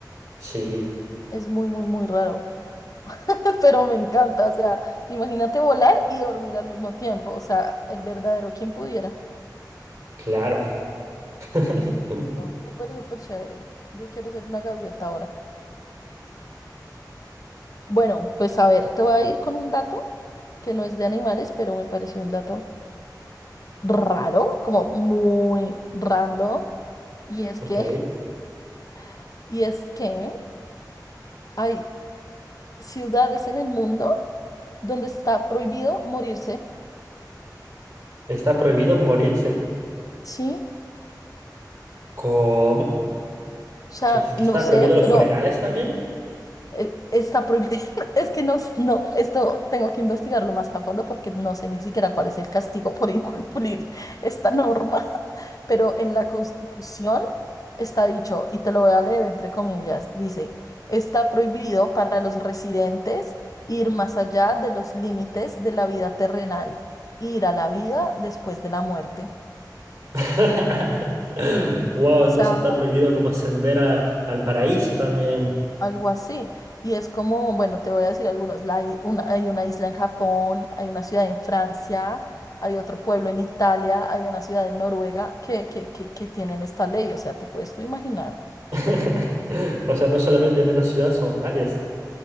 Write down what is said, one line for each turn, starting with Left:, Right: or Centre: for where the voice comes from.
Right: Sí,
Left: es muy, muy, muy raro, <laughs> pero me encanta, o sea, imagínate volar y dormir al mismo tiempo, o sea, el verdadero quien pudiera.
Right: claro. <laughs>
Left: Deli- no, Súper, súper chévere. Yo quiero ser una gaviota ahora. Bueno, pues a ver, te voy a ir con un dato que no es de animales, pero me pareció un dato. raro, como muy random, y es
Right: Ok.
Left: que, <laughs> y es que hay ciudades en el mundo donde está prohibido morirse,
Right: ¿Está prohibido morirse?
Left: ¿sí?
Right: ¿Cómo?
Left: O sea,
Right: ¿Que, es- que
Left: no
Right: está
Left: sé,
Right: prohibido los
Left: pero
Right: funerales también?
Left: eh, está prohibido. <laughs> Es que no, s- no, esto tengo que investigarlo más a fondo porque no sé ni siquiera cuál es el castigo por incumplir esta norma. Pero en la Constitución está dicho, y te lo voy a leer entre comillas, dice, está prohibido para los residentes ir más allá de los límites de la vida terrenal, ir a la vida después de la muerte.
Right: <laughs> Wow,
Left: O
Right: entonces
Left: sea,
Right: está prohibido como ascender a- al paraíso también.
Left: algo así. Y es como, bueno, te voy a decir algunos, la i- una- hay una isla en Japón, hay una ciudad en Francia, hay otro pueblo en Italia, hay una ciudad en Noruega que, que, que, que tienen esta ley. O sea, te puedes tú imaginar.
Right: <laughs> O sea, no solamente en una ciudad, son varias.